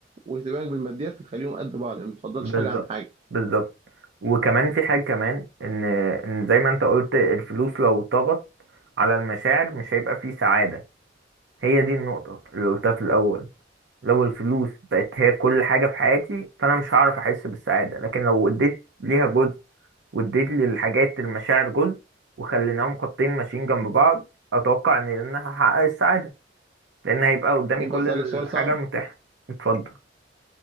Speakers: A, on the right; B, on the right.
A: واهتمامك بالماديات بتخليهم قد بعض يعني ما بتفضلش
B: بالظبط
A: حاجة عن حاجة.
B: بالظبط وكمان في حاجة كمان ان ان زي ما انت قلت الفلوس لو طغت على المشاعر مش هيبقى في سعادة هي دي النقطة اللي قلتها في الأول لو الفلوس بقت هي كل حاجة في حياتي فأنا مش هعرف أحس بالسعادة لكن لو اديت ليها جزء واديت للحاجات المشاعر جزء وخليناهم خطين ماشيين جنب بعض أتوقع إن أنا هحقق السعادة لأن هيبقى قدامي
A: ينفع
B: كل
A: أسألك
B: الحاجة
A: سؤال صعب؟
B: المتاحة اتفضل